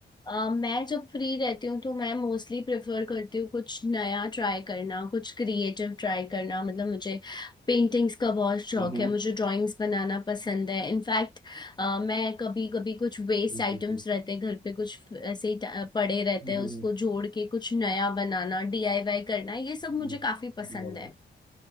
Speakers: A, on the left; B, on the right.
A: अ, मैं जब फ्री रहती हूँ तो मैं मोस्टली प्रेफर करती हूँ कुछ नया ट्राई करना कुछ क्रिएटिव ट्राई करना मतलब मुझे पेंटिंग्स का बहुत शौक
B: हम्म
A: है मुझे ड्राइंग्स बनाना पसंद है इनफैक्ट मैं कभी कभी कुछ वेस्ट
B: जी जी
A: आइटम्स
B: जी
A: रहते हैं घर पे कुछ ऐसे ही ट- पड़े रहते
B: हम्म,
A: हैं उसको जोड़ के कुछ नया बनाना डीआईवाई करना ये सब
B: जी
A: मुझे काफी पसंद
B: जी, और
A: है